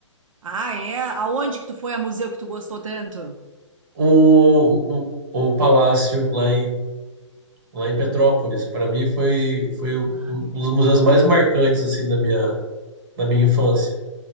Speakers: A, on the right (about 85°); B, on the right (about 45°).
A: Ah, é? Aonde que tu foi a museu que tu gostou tanto?
B: O, o, o palácio lá lá em Petrópolis. Para mim foi, foi um
A: Ah,
B: um
A: legal.
B: dos museus mais marcantes assim da minha, da minha infância.